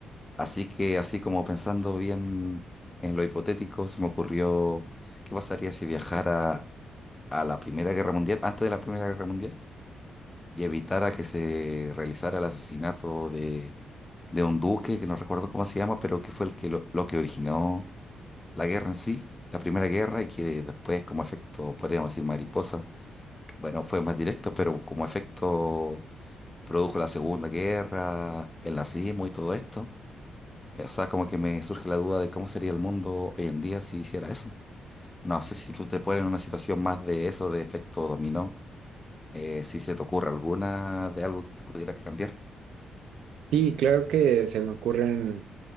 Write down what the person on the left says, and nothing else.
Así que, así como pensando bien en lo hipotético, se me ocurrió qué pasaría si viajara a la Primera Guerra Mundial, antes de la Primera Guerra Mundial, y evitara que se realizara el asesinato de, de un duque, que no recuerdo cómo se llama, pero que fue el que lo, lo que originó la guerra en sí. La primera guerra y que después como efecto, podríamos decir mariposa, bueno, fue más directo, pero como efecto produjo la Segunda Guerra, el nazismo y todo esto. O sea, como que me surge la duda de cómo sería el mundo hoy en día si hiciera eso. No sé si tú te pones en una situación más de eso, de efecto dominó, eh, si se te ocurre alguna de algo que pudiera cambiar.